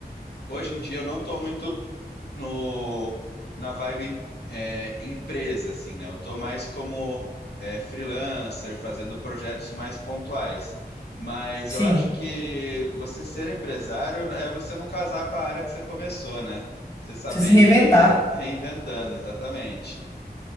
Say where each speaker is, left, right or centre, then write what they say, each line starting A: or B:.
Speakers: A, on the left; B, on the left.
A: hoje em dia, eu não tô muito. no, na vibe é, empresa, assim, né? Eu tô mais como é, freelancer, fazendo projetos mais pontuais. Mas
B: sim,
A: eu acho que você ser empresário é você não casar com a área que você começou, né? Você saber
B: precisa se reinventar.
A: ir reinventando, exatamente.